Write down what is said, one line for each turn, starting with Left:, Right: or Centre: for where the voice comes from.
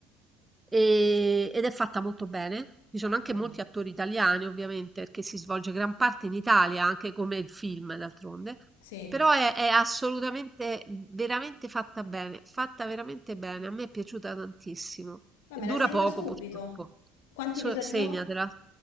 Right: ehm, ed è fatta molto bene. Ci sono
Left: Ok.
Right: anche molti attori italiani, ovviamente, perché si svolge gran parte in Italia, anche come il film, d'altronde.
Left: Sì.
Right: Però è, è assolutamente, veramente fatta bene, fatta veramente bene. A me è piaciuta tantissimo.
Left: Ma
Right: Dura
Left: me la segno
Right: poco,
Left: subito.
Right: purtroppo.
Left: Quanti
Right: So-
Left: episodi
Right: segnatela.
Left: sono?